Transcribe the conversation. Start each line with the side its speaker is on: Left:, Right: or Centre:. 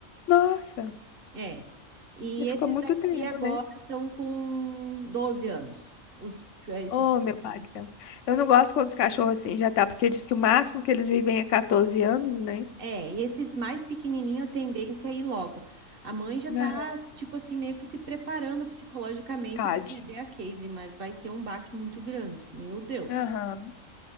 Left: Nossa,
Right: É. E
Left: ele
Right: esses
Left: ficou muito
Right: daqui
Left: tempo,
Right: agora
Left: né?
Right: estão com 12 anos, os esses
Left: Oh,
Right: pequenininhos.
Left: meu pai, que tem- eu não gosto quando os cachorros assim já tá, porque diz que o máximo que eles vivem é 14 anos, né?
Right: É, e esses mais pequenininhos, a tendência é ir logo. A mãe já tá,
Left: Aham.
Right: tipo assim, meio que se preparando psicologicamente
Left: Tadinho.
Right: para perder a Casey, mas vai ser um baque muito grande. Meu Deus.
Left: Aham.